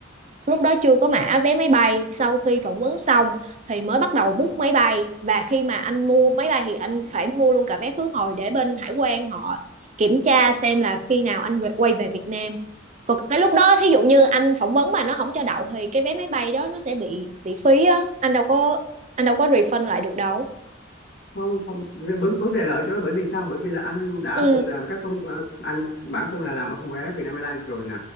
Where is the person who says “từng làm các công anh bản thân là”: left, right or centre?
Left